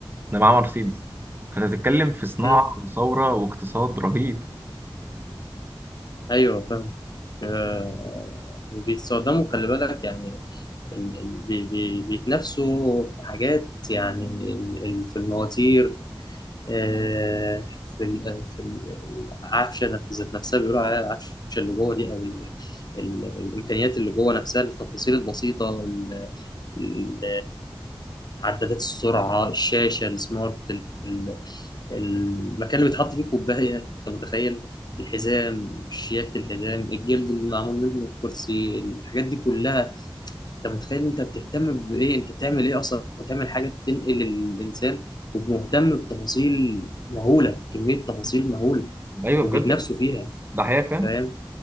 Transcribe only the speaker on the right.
ده معاه مرسيدس فانت بتتكلم في صناعه
وثوره واقتصاد رهيب
ايوه
بجد
ده حقيقه فعلا